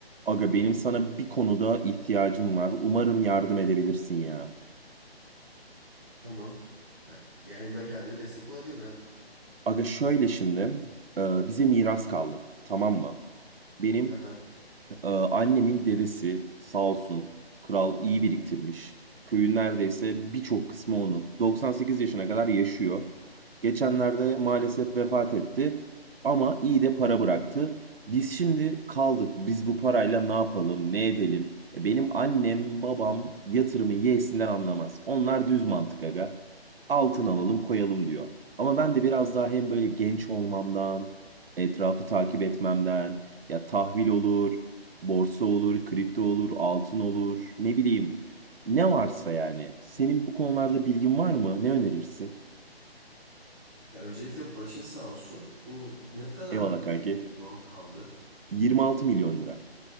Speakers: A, on the right; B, on the right.
A: Aga benim sana bir konuda ihtiyacım var. Umarım yardım edebilirsin ya.
B: Tamam. Ha, yani elimden gelince destek olabilirim evet.
A: Aga şöyle şimdi e, bize miras kaldı. Tamam mı? Benim
B: Hı hı.
A: Ee, annemin dedesi sağ olsun kral iyi biriktirmiş. Köyün neredeyse birçok kısmı onun. 98 yaşına kadar yaşıyor. Geçenlerde maalesef vefat etti ama iyi de para bıraktı. Biz şimdi kaldık. Biz bu parayla ne yapalım, ne edelim? E, Benim annem, babam yatırımı yeğsinden anlamaz. Onlar düz mantık aga. Altın
B: Hı hı.
A: alalım, koyalım diyor. Ama ben de biraz daha hem böyle genç olmamdan, etrafı takip etmemden, ya tahvil olur, Borsa olur, kripto olur, altın olur, ne bileyim. Ne varsa yani. Senin bu konularda bilgin var mı? Ne önerirsin?
B: Ya öncelikle başın sağ olsun. Bu ne kadarlık
A: Eyvallah kanki.
B: bir mal kaldı?
A: 26 milyon lira.